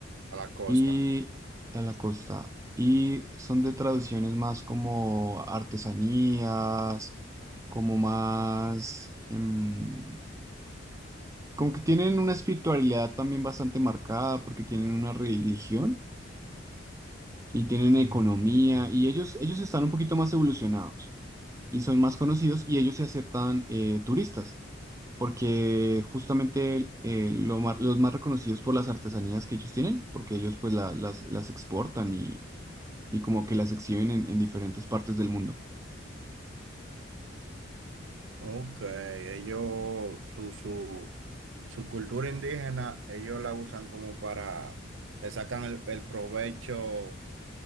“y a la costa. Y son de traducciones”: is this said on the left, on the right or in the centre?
Right